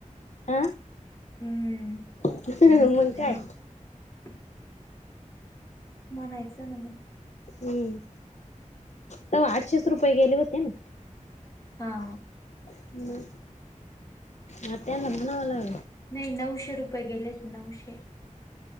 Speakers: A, on the left; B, on the left.
A: हा
B: हम्म
A: मग काय
B: म्हणायचं ना मग.
A: हम्म तवा आठशेच रुपये गेले होते ना.
B: हा.
A: ह हा त्यांना म्हणावाला.
B: नाही नऊशे रुपये गेलेत नऊशे.